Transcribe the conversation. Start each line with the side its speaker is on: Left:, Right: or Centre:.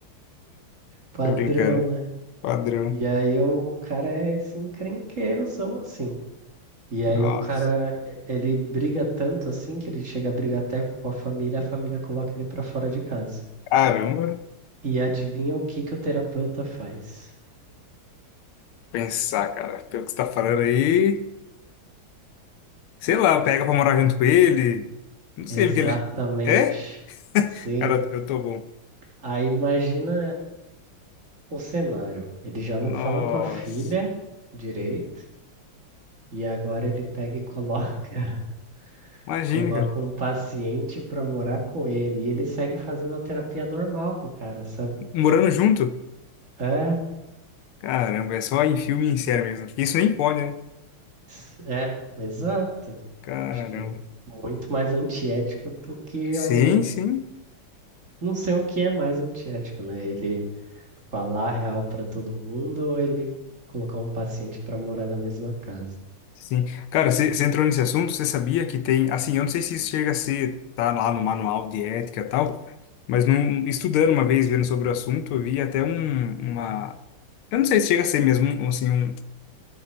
Right: Padrão,
Left: Tô brincando.
Right: né?
Left: Padrão.
Right: E aí o, o cara é esse encrenqueirozão assim. E aí
Left: Nossa.
Right: o cara, e- ele briga tanto assim que ele chega a brigar até com a família, a família coloca ele pra fora de casa.
Left: Caramba.
Right: E adivinha o que que o terapeuta faz?
Left: Pensar, cara. Pelo que você tá falando aí. Sei lá, pega pra morar junto com ele. Não sei,
Right: Exatamente.
Left: porque ele. É?
Right: Sim.
Left: Cara, eu tô bom.
Right: Aí imagina o cenário. Ele já não
Left: Nossa.
Right: fala com a filha direito, e agora ele pega e <laughs> coloca
Left: imagine
Right: Coloca
Left: cara.
Right: um paciente pra morar com ele e ele segue fazendo a terapia normal com o cara, sabe?
Left: Morando junto?
Right: É,
Left: Caramba, é só em filme e em série mesmo. Isso nem pode, né?
Right: s- é, exato.
Left: Caramba.
Right: Acho que é muito mais antiético do que
Left: Sim,
Right: o.
Left: sim,
Right: Não sei o que é mais antiético, né? Ele falar a real pra todo mundo ou ele colocar um paciente pra morar na mesma casa.
Left: sim. Cara, você entrou nesse assunto, você sabia que tem, assim, eu não sei se isso chega a ser, tá lá no manual de ética e tal, mas num, estudando uma vez, vendo sobre o assunto, eu vi até um, uma, eu não sei se chega a ser mesmo, assim, um,